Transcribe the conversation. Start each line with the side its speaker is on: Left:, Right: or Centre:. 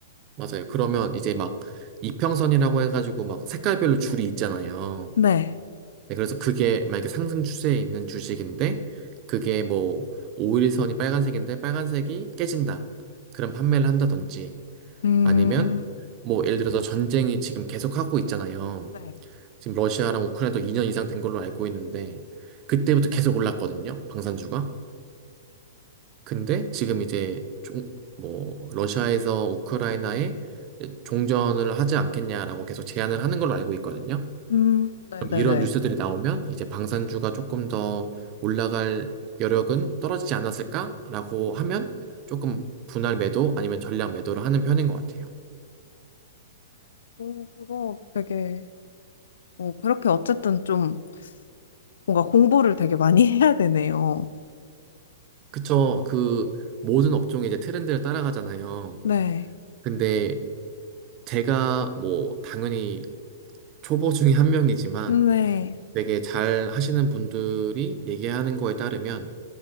Right: 맞아요. 그러면 이제 막 이평선이라고 해가지고 막 색깔별로 줄이 있잖아요.
Left: 네.
Right: 네, 그래서 그게 만약에 상승 추세에 있는 주식인데 그게 뭐 5일선이 빨간색인데 빨간색이 깨진다. 그런 판매를 한다든지
Left: 음,
Right: 아니면 뭐 예를 들어서 전쟁이 지금 계속하고 있잖아요.
Left: 네.
Right: 지금 러시아랑 우크라이나도 2년 이상 된 걸로 알고 있는데 그때부터 계속 올랐거든요. 방산주가. 근데 지금 이제 종, 뭐 러시아에서 우크라이나에 종전을 하지 않겠냐라고 계속 제안을 하는 걸로 알고 있거든요.
Left: 음, 네네네.
Right: 그럼 이런 뉴스들이 나오면 이제 방산주가 조금 더 올라갈 여력은 떨어지지 않았을까라고 하면 조금 분할 매도 아니면 전량 매도를 하는 편인 것 같아요.
Left: 오, 그거 되게, 오, 그렇게 어쨌든 좀 뭔가 공부를 되게 많이 <laughs> 해야 되네요.
Right: 그쵸. 그 모든 업종이 이제 트렌드를 따라가잖아요.
Left: 네.
Right: 근데 제가 뭐 당연히 초보 중에 한 명이지만
Left: 네.
Right: 되게 잘 하시는 분들이 얘기하는 거에 따르면